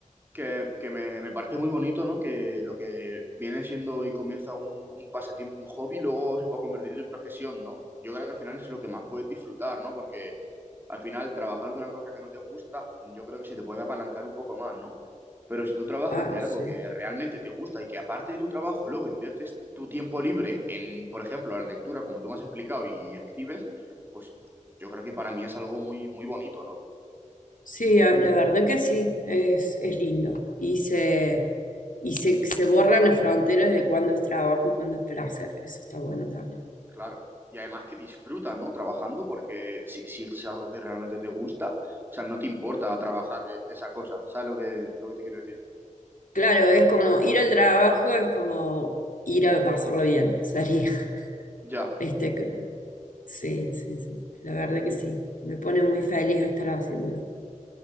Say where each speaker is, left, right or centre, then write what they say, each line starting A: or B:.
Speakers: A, on the right; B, on the left.
A: Que, que me, me parece muy bonito, ¿no? Que lo que viene siendo y comienza un, un pasatiempo, un hobby, luego se puede convertir en tu profesión, ¿no? Yo creo que al final es lo que más puedes disfrutar, ¿no? Porque al final trabajar de una cosa que no te gusta, yo creo que se te puede apalancar un poco más, ¿no? Pero si tú trabajas
B: Ah,
A: de algo
B: sí.
A: que realmente te gusta y que aparte de tu trabajo luego inviertes tu tiempo libre en, por ejemplo, la lectura, como tú me has explicado, y, escribes, pues yo creo que para mí es algo muy, muy bonito, ¿no?
B: Sí, a- la verdad que sí, es, es lindo. Y se, y se, se borran las fronteras de cuándo es trabajo y cuándo es placer. Eso está bueno también.
A: Claro. Y además que disfrutas, ¿no? Trabajando, porque si, si es algo que realmente te gusta, o sea, no te importa trabajar de, de esa cosa. ¿Sabes lo que, lo que te quiero decir?
B: Claro, es como ir al trabajo, es como ir a pasarlo bien, sería. <laughs>
A: Ya.
B: Este, que Sí, sí, sí. La verdad que sí. Me pone muy feliz estar haciéndolo.